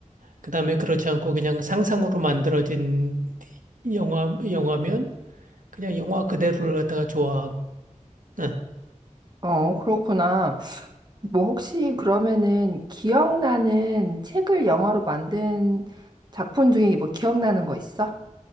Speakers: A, on the right; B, on the right.
A: 그 다음에 그렇지 않고 그냥 상상으로 만들어진 영화, 영화면 그냥 영화 그대로를 갖다가 좋아하고, 응.
B: 어, 그렇구나. 뭐 혹시 그러면은 기억나는 책을 영화로 만든 작품 중에 뭐 기억나는 거 있어?